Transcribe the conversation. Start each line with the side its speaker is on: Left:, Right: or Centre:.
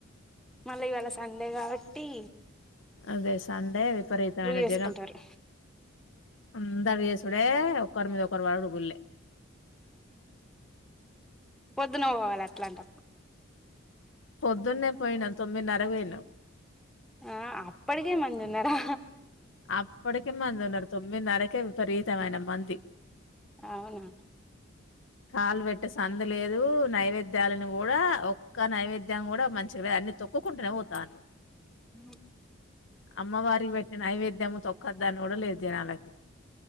Centre: మళ్ళీ ఇవాళ సండే కావట్టి
Left: అదే సండే విపరీతమైన
Centre: చేసుకుంటారు
Left: జనం అందరు చేసుడే ఒకరి మీద ఒకరు పడుడు గుళ్ళె
Centre: పొద్దున పోవాలె అట్లాంట
Left: పొద్దున్నే పోయినాను తొమ్మిదిన్నరకు పొయినాం
Centre: ఆ అప్పటికే మంది ఉన్నారా
Left: అప్పటికే మంది ఉన్నరు తొమ్మిదిన్నరకే విపరీతమైన మంది
Centre: అవునా
Left: కాళ్లు పెట్టే సందు లేదు నైవేద్యాలను కూడా ఒక్క నైవేద్యం కూడా మంచిగలే అన్ని తొక్కుకుంటూనే పోతాండ్రు
Centre: ఉమ్
Left: అమ్మవారికి పెట్టిన నైవేద్ ద్దము తొక్కొదు అని కూడా లేదు జనాలకి